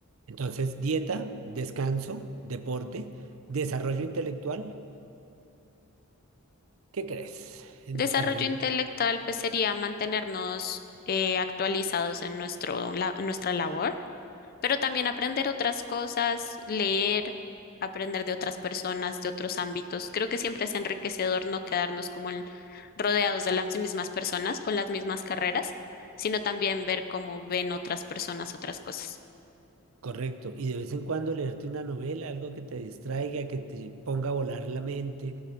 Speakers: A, on the right; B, on the left.
A: Entonces, dieta, descanso, deporte, desarrollo intelectual. ¿Qué crees en
B: Desarrollo
A: desarrollo intelectual?
B: intelectual, pues sería mantenernos eh, actualizados en nuestro, la- en nuestra labor, pero también aprender otras cosas, leer, aprender de otras personas, de otros ámbitos. Creo que siempre es enriquecedor no quedarnos como en- rodeados de las mismas personas, con las mismas carreras, sino también ver cómo ven otras personas otras cosas.
A: Correcto. Y de vez en cuando leerte una novela, algo que te distraiga, que te ponga a volar la mente,